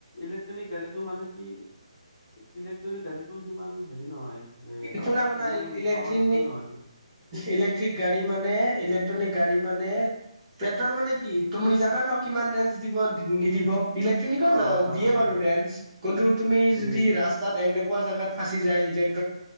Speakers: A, on the left (about 25°); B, on the right (about 30°).
A: ইলেক্ট্ৰনিক গাড়ীতো মানে কি ইলেকট্ৰনিক গাড়ীতটো সিমান। হেৰি নহয়। এ
B: শুনা শুনা
A: ইমান
B: ইলেক্ট্ৰন।
A: পাৱাৰফুল নহয় মানে।
B: ইলেক্ট্ৰিক গাড়ী মানে ইলেক্ট্ৰনিক গাড়ী মানে পেট্ৰল মানে কি তুমি জানা ন কিমান ৰেঞ্জ দিব নিদিব। ইলে্ট্ৰনিক
A: অ জানো
B: দিয়ে
A: জানো
B: বাৰু ৰেঞ্চ কিন্তু তুমি য
A: দিয়ে
B: ৰাস্তাত। কোৱা জগাত ফাঁচি যায় ইলেগ।